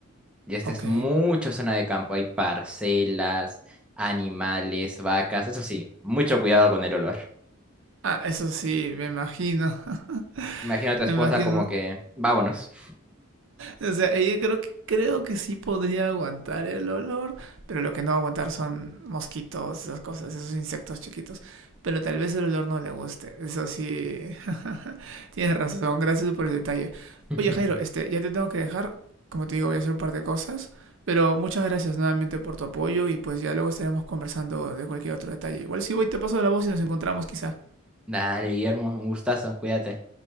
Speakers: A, in the centre; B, on the right (about 60°).
A: y esta
B: ok.
A: es mucha zona de campo. Hay parcelas, animales, vacas, eso sí, mucho cuidado con el olor.
B: Ah, eso sí, me imagino, <laughs>
A: Imagino a tu esposa
B: me imagino.
A: como que, vámonos.
B: O sea, ella creo que, creo que sí podría aguantar el olor, pero lo que no va a aguantar son mosquitos, esas cosas, esos insectos chiquitos. Pero tal vez el olor no le guste. Eso sí, <laughs> tienes razón, gracias por el detalle.
A: <laughs>
B: Oye, Jairo, este, ya te tengo que dejar. Como te digo, voy a hacer un par de cosas, pero muchas gracias nuevamente por tu apoyo y pues ya luego estaremos conversando de cualquier otro detalle. Igual si voy te paso la voz y nos encontramos quizá.
A: Dale, Guillermo, un gustazo, cuídate.